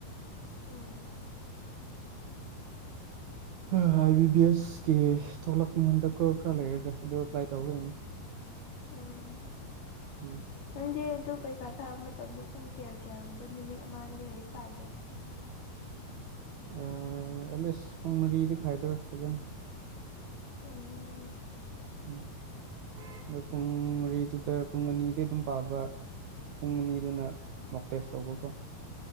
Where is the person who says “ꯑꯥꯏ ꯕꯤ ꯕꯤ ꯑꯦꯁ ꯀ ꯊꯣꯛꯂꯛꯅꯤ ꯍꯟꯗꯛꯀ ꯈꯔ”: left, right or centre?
Right